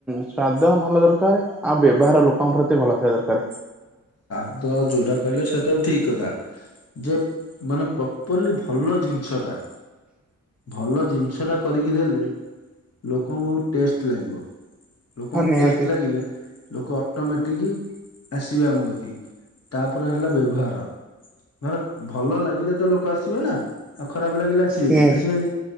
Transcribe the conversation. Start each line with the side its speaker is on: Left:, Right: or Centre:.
Centre: ସ୍ଵାଦ ଭଲ ଦରକାର ଆଉ ବ୍ୟବହାର ଲୋକ ତମ ପ୍ରତି ଭଲ ଥିବା ଦରକାର।
Left: ତ ଯୋଉଟା କହିଲ ସେଇଟା ବି ଠିକ୍ କଥା ଯେ ମାନେ ପ୍ରପର୍ଲି ଭଲ ଜିନିଷଟା ଭଲ ଜିନିଷ ଟା କରିକି ଦେଲେ ଲୋକଙ୍କୁ ଟେଷ୍ଟ ଲାଗିବ। ଲୋକଙ୍କୁ
Centre: ହଁ ନିହାତି
Left: ଟେଷ୍ଟ ଲାଗିଲେ ଲୋକ ଅଟୋମେଟିକ ଆସିବେ ଆମ କତିକି। ତାପରେ ହେଲା ବ୍ୟବହାର। ଧର ଭଲ ଲାଗିଲେ ତ ଲୋକ ଆସିବେ ନା? ଆଉ ଖରାପ ଲାଗିଲେ ଆସିବେ
Centre: ନିହାତି
Left: କି ଆସିବେନି